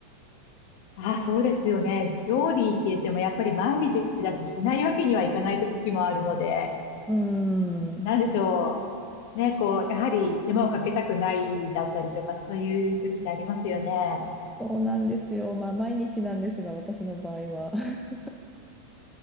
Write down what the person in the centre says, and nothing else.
うー
ん。
そうなんですよ。まあ、毎日なんですが、私の場合は。<laughs>